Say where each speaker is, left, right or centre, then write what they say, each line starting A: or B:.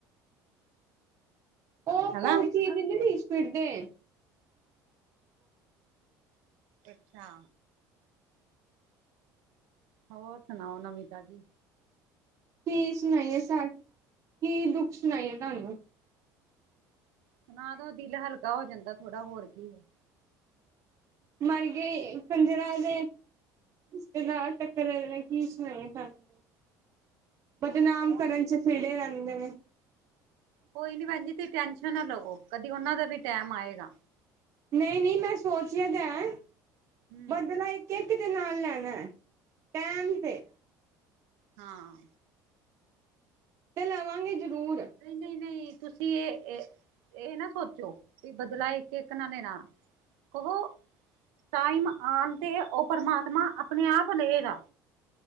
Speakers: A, on the right; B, on the right.
A: ਉਹ
B: ਹੈਨਾ?
A: <unintelligible> <unintelligible> ਨੀ ਬੀਸ਼ ਪੀੜਦੇ।
B: ਅੱਛਾ। ਹੋਰ ਸੁਣਾਓ? ਨਵੀਂ ਤਾਜੀ।
A: ਕੀ ਸੁਣਾਈਏ ਸਾਡ, ਕੀ ਦੁੱਖ ਸੁਣਾਈਏ ਤੁਹਾਨੂੰ।
B: ਸੁਣਾ ਦੋ, ਦਿਲ ਹਲਕਾ ਹੋ ਜਾਂਦਾ ਥੋੜਾ, ਹੋਰ ਕੀ ਏ।
A: ਮਰ ਗਏ, <inaudible> ਦੇ ਤੁਸੀਂ ਤੇ ਲਾ <unintelligible> ਰਹਿ ਜਾਣੇ, ਕੀ ਸੁਣਾਏ ਤੁਹਾਨੂੰ। ਬਦਨਾਮ
B: ਕੌਣ
A: ਕਰਨ ਚ ਫਿੜੇ ਰਹਿੰਦੇ ਨੇ।
B: ਕੋਈ ਨੀ ਭੈਣ ਜੀ, ਤੁਸੀਂ ਟੈਸ਼ਨ ਨਾ ਲਵੋ। ਕਦੀ ਉਹਨਾਂ ਦਾ ਵੀ ਟੈਮ ਆਏਗਾ।
A: ਨਹੀਂ- ਨਹੀਂ, ਮੈਂ ਸੋਚਿਆ ਤਾਂ ਹੈ,
B: ਹੂੰ
A: ਬਦਲਾ ਇੱਕ ਇਕ ਦੇ ਨਾਲ ਲੈਣਾ, ਟੈਮ ਤੇ।
B: ਹਾਂ।
A: ਤੇ ਲਵਾਂਗੇ ਜ਼ਰੂਰ।
B: ਨਹੀਂ- ਨਹੀਂ- ਨਹੀਂ, ਤੁਸੀਂ ਇਹ ਇਹ ਨਾ ਸੋਚੋ ਵੀ ਬਦਲਾ ਇੱਕ-ਇੱਕ ਨਾ ਲੈਣਾ। ਕਹੋ ਟਾਈਮ ਆਣ ਤੇ ਉਹ ਪ੍ਰਮਾਤਮਾ ਆਪਣੇ ਆਪ ਲਏਗਾ।